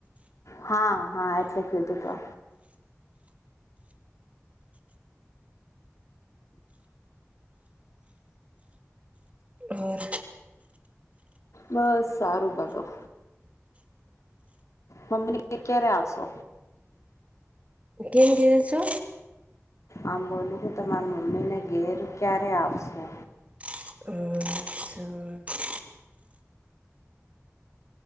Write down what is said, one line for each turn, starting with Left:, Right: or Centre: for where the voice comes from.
Left: હા હા એટલે કીધું તો
Right: ઓર
Left: બસ સારું બધું. મમ્મી ક્યારે આવશે?
Right: કેમ કે છો?
Left: આમ બોલું હું તમારા મમ્મીને ઘેર ક્યારે આવશે
Right: <inaudible>